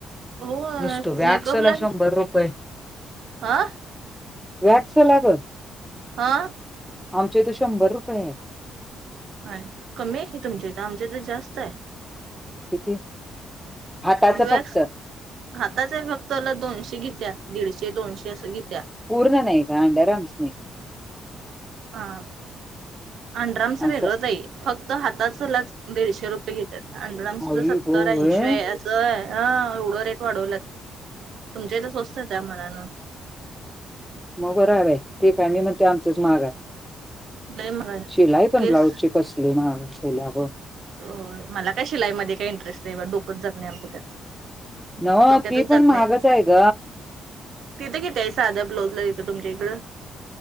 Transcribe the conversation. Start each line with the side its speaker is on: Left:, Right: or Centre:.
Right: होय
Centre: नसतो वॅक्सला
Right: मेकअपला
Centre: शंभर रुपये
Right: हा
Centre: वॅक्स ला ग!
Right: हा
Centre: आमचे इथ शंभर रुपये आहे.
Right: हा कमी आहे की तुमच्या इथ आमच्या तर जास्त आहे.
Centre: किती? हाताचं
Right: वॅक्स
Centre: फक्त
Right: हातच आहे फक्तला दोनशे घेत्या दीडशे दोनशे असं घेत्या.
Centre: पर्ण नाही का अंड अरम्स नाही
Right: हा अंड्रामच
Centre: असं
Right: वेगळंच आहे फक्त हातचलाच दीडशे रुपये घेतात. अंडडम सुद्धा
Centre: आई
Right: सत्तर
Centre: गो
Right: ऐंशी
Centre: होय
Right: असं आहे ह एवढं रेट वाढवलात. तुमच्या तर स्वस्त त्या मना
Centre: मग बरबाई आहे ठीक आहे बाई मग ते आमचच महाग आहे
Right: लय महाग आहे
Centre: शिलाई पण
Right: केस
Centre: ब्लाउजची कसली मग केल्या
Right: हो मला काय शिलाईमध्ये काही इंटरेस्ट नाही डोकच जग नाही आमचं त्यात
Centre: नव
Right: डोक्यातच
Centre: ती पण
Right: जात
Centre: महागच
Right: नाही
Centre: आहे ग!
Right: तिथं किती आहे साध्या ब्लाज ला तिथं तुमच्या इकडे?